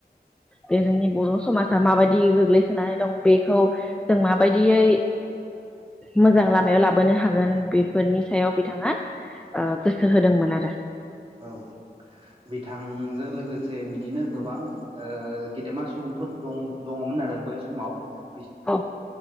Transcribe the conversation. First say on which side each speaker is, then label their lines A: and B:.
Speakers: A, in the centre; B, on the right (about 35°).
A: बे जोंनि बर' समाजा माबायदि गोग्लैसोनानै दं बेखौ जों माबायदियै मोजां लामायाव लाबोनो हागोन बेफोरनि सायाव बिथाङा गोसो होदोंमोन आरो।
B: औ बिथांजों लोगोसे बिदिनो गोबां गेदेमा सुबुंफोर दं दङमोन आरो बै सम। समाव बि
A: औ